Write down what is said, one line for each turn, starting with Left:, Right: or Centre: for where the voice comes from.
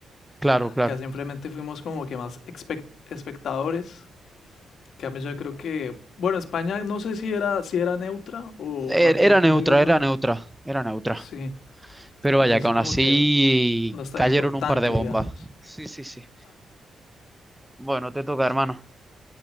Centre: Claro, claro.
Left: Acá simplemente fuimos como que más expec- espectadores, en cambio yo creo que, bueno, España no sé si era, si era neutra o participó
Centre: E- Era neutra,
Left: en la guerra,
Centre: era neutra, era neutra.
Left: sí,
Centre: Pero vaya,
Left: entonces
Centre: que aún
Left: como
Centre: así
Left: que no está
Centre: cayeron
Left: importante,
Centre: un par de bombas.
Left: digamos.
Centre: Sí, sí, sí. Bueno, te toca, hermano.